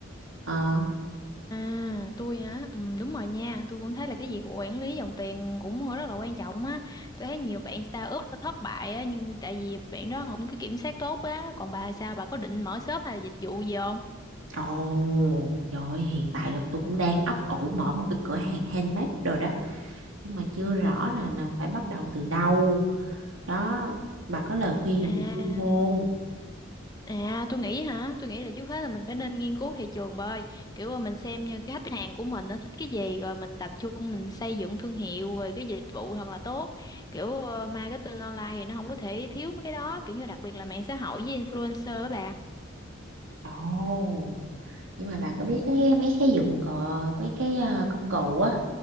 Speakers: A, on the right; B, on the left.
A: Ờ,
B: À, tôi hả? Ừ, đúng rồi nha, tôi cũng thấy là cái việc quản lý dòng tiền cũng rất là quan trọng á. Tôi thấy nhiều bạn startup nó thất bại á, nhưng tại vì bạn đó không có kiểm soát tốt á, còn bà sao? Bà có định mở shop hay là dịch vụ gì không?
A: ồ, trời ơi, hiện tại là tôi cũng đang ấp ủ mở một cái cửa hàng handmade đồ đó. nhưng mà chưa rõ là là phải bắt đầu từ đâu đó bà có lời khuyên
B: À.
A: nào cho tôi không
B: À tôi nghĩ hả Tôi nghĩ là trước hết là mình phải nên nghiên cứu thị trường bơi Kiểu là mình xem như cái khách hàng của mình nó thích cái gì Rồi mình tập trung mình xây dựng thương hiệu Rồi cái dịch vụ thật là tốt Kiểu ờ, marketing online thì nó không có thể thiếu mấy cái đó Kiểu như đặc biệt là mạng xã hội với influencer á bà
A: ồ nhưng mà bà có biết cái mấy cái dụng cụ mấy cái ờ, công cụ á